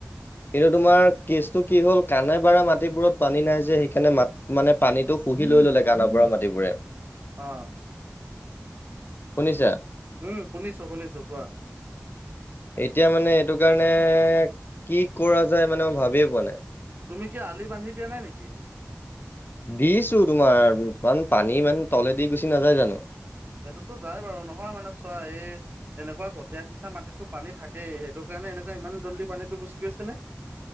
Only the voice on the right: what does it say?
অ,
উম শুনিছো শুনিছো কোৱা
তুমি কি আলি বান্ধি দিয়া নাই নেকি?
সেইটোতো যাই বাৰু নহয় মানে চোৱা এই এনেকুৱা কঠীয়া সিচা মাটিতো পানী থাকেই, সেইটো কাৰণে এনেকুৱা ইমান জল্দি পানীটো গুচি গৈছে নে? <inaudible>